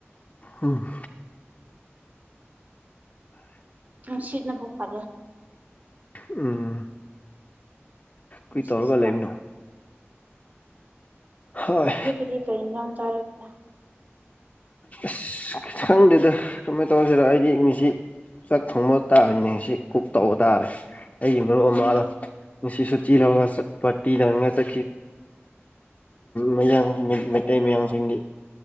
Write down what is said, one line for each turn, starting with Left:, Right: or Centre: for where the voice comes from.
Left: ꯎꯝ
Right: ꯎꯝ ꯁꯤꯠꯅꯕꯨꯣ ꯈꯦ
Left: ꯎꯝ ꯀꯔꯤ
Right: ꯃꯁꯦ
Left: ꯇꯧꯔꯒ
Right: ꯆꯂꯥꯛꯒ
Left: ꯂꯩꯕꯅꯣ ꯍꯣꯏ
Right: ꯑꯌꯨꯛꯀꯤꯗꯤ ꯀꯔꯤ ꯏꯒꯥꯡ ꯆꯥꯔꯒꯦ
Left: ꯑꯁ ꯈꯤꯊꯪꯗꯨꯗ ꯀꯃꯥꯏꯅ ꯇꯧꯔꯁꯤꯔ ꯑꯩꯗꯤ ꯉꯁꯤ ꯆꯥꯛ ꯊꯣꯡꯕ ꯇꯥꯕꯅꯤꯅꯦꯁꯤ ꯀꯛ ꯇꯧꯕ ꯇꯥꯔꯦ ꯑꯩꯒꯤ ꯃꯔꯨꯞ
Right: ꯎꯝ
Left: ꯑꯃꯅꯣ ꯉꯁꯤꯁꯨ ꯆ ꯂ ꯄꯇꯤ ꯂꯅꯤꯡ ꯆ ꯃꯌꯥꯡ ꯃꯩꯇꯩ ꯃꯌꯥꯡꯁꯤꯡꯒꯤ